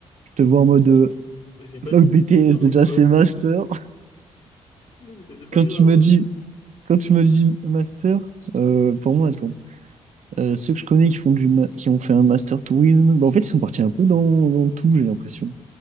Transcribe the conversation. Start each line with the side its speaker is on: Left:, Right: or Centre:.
Right: je te vois en mode euh,
Left: Mais j'ai pas
Right: <laughs> Oh,
Left: dit
Right: BTS,
Left: BTS tourisme,
Right: déjà, c'est
Left: hein.
Right: master. <laughs>
Left: <laughs> Mais c'est pas
Right: Quand
Left: grave,
Right: tu m'as
Left: hein.
Right: dit, quand tu m'as dit master, euh, pour moi, attends. Euh, ceux que je connais qui font du ma- qui ont fait un master tourisme, bah, en fait, ils sont partis un peu dans, dans tout, j'ai l'impression.